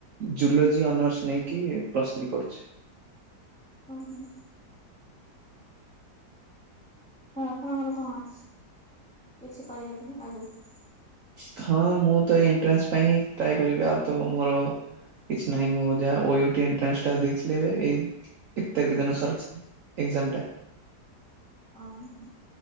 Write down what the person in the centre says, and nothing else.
ଓହୋ। ହଁ ଆପଣଙ୍କର କଣ ଅଛି କିଛି କରିବା ପାଇଁ ଆଗକୁ?
ଓହୋ।